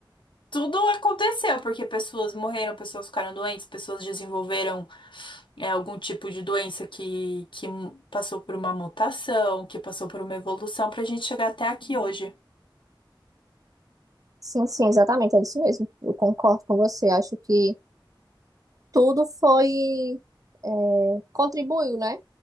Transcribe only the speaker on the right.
Sim, sim, exatamente, é isso mesmo. Eu concordo com você. Acho que tudo foi, eh, contribuiu, né,